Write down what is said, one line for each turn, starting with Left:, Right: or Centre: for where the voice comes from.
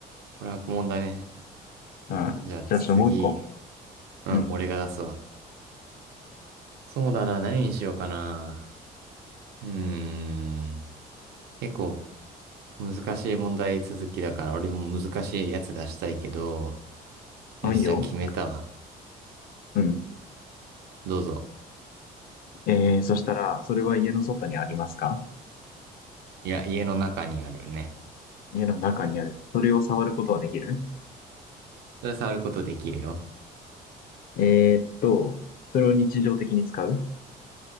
Right: これ悪問だね。
Left: わ。うん。
Right: じゃあ次。
Left: じゃあちょっともう一個。
Right: うん、
Left: うん。
Right: 俺が出すわ。そうだな、何にしようかな。うーん。結構難しい問題続きだから、俺も難しいやつ出したいけど、よし、
Left: あ、いいよ。
Right: じゃあ決めたわ。
Left: うん。
Right: どうぞ。
Left: えー、そしたら、それは家の外にありますか
Right: いや、家の中にあるね。
Left: 家の中にある。それを触ることはできる
Right: それ触ることできるよ。
Left: えーっと、それを日常的に使う